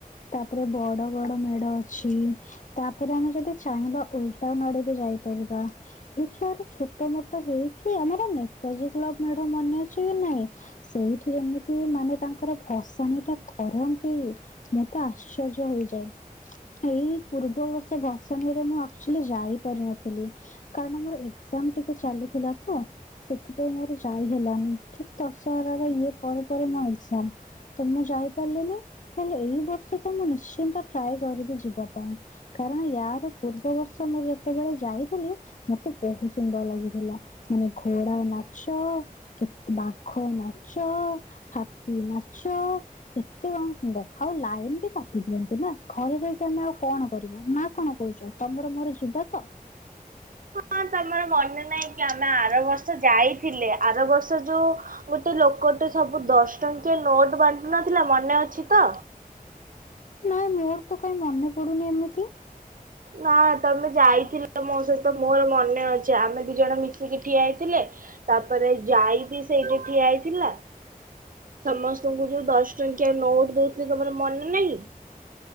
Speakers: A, on the left; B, on the right.
A: ତାପରେ ବଡ ବଡ ମେଢ ଅଛି। ତାପରେ ଆମେ ଯଦି ଚାହିଁବା, ଉଲଟା ନଡ ବି ଯାଇପାରିବା। ଏଇଠି ଆର ଛୋଟ ମୋଟ ହେଇକି, ଆମର ନେତାଜୀ କ୍ଲବ ମୋର ମନେ ଅଛି କି ନାଇଁ? ସେଇଠି ଆମକୁ ମାନେ ତାଙ୍କର ଭସାଣି ଟା କରନ୍ତି ମୁଁ ତ ଆଶ୍ଚର୍ଯ୍ୟ ହେଇଯାଏ। ଏଇ ପୂର୍ବବର୍ଷ ଭସାଣିରେ ମୁଁ ଆକ୍ଚୁଆଲି ଯାଇପାରିନଥିଲି। କାରଣ ମୋର ଏକ୍ଜାମ ଟିକେ ଚାଲିଥିଲା ତ। ସେଥିପାଇଁ ମୋର ଯାଇ ହେଲାନି ଠିକ୍ ଦଶହରାର ଇଏ ପରେ ପରେ ମୋ ଏକ୍ଜାମ। ତ ମୁଁ ଯାଇପାରିଲିନି ହେଲେ ଏଇ ବର୍ଷ ତ ମୁଁ ନିଶ୍ଚିନ୍ତ ଟ୍ରାଏ କରିବି ଯିବା ପାଇଁ। କାରଣ ୟାର ପୂର୍ବବର୍ଷ ମୁଁ ଯେତେବେଳେ ଯାଇଥିଲି ମତେ ବହୁତ ସୁନ୍ଦର ଲାଗିଥିଲା। ମାନେ ଘୋଡା ନାଚ, କେତେ ବାଘ ନାଚ, ହାତୀ ନାଚ, କେତେ କଣ ସୁନ୍ଦର ଆଉ ଲାଇନ ବି କାଟି ଦିଅନ୍ତି ନା। ଘରେ ଯାଇକି ଆମେ ଆଉ କଣ କରିବା ନା କଣ କହୁଛ ତମର ମୋର ଯିବା ତ?
B: ହ ତମର ମନେ ନାହିଁ କି ଆମେ ଆର ବର୍ଷ ଯାଇଥିଲେ, ଆର ବର୍ଷ ଯୋଉ ଗୋଟେ ଲୋକଟେ ସବୁ ଦଶ ଟଙ୍କିଆ ନୋଟ ବାଣ୍ଟୁ ନଥିଲା, ମନେ ଅଛି ତ
A: ନାଇଁ ମୋର ତ କାଇହିଁ ମନେ ପଡୁନି ଏମିତି,
B: ନା ତମେ ଯାଇଥିଲ ମୋ ସହିତ ମୋର ମନେ ଅଛି ଆମେ ଦି ଜଣ ମିଶିକି ଠିଆ ହେଇଥିଲେ। ତାପରେ ଯାଇ ବିି ସେଇଠି ଠିଆ ହେଇଥିଲା। ସମସ୍ତଙ୍କୁ ଯୋଉ ଦଶ ଟଙ୍କିଆ ନୋଟ ଦେଇଥିଲ ତମର ମନେ ନାହିଁ।